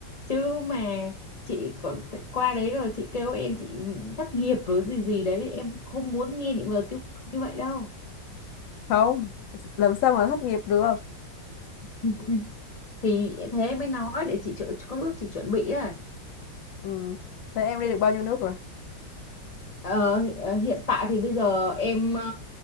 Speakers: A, on the left; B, on the left.
A: Chứ mà chị còn th- qua đấy rồi chị kêu em chị thất nghiệp rồi gì gì đấy em không muốn nghe những lời tiêu cực như vậy đâu
B: không làm sao mà thất nghiệp được
A: <laughs> thì thế em mới nói để chị chu- có bước chị chuẩn bị à
B: ừ. thế em đi được bao nhiêu nước rồi
A: ờ, hi- ờ, hiện tại thì bây giờ em ờ,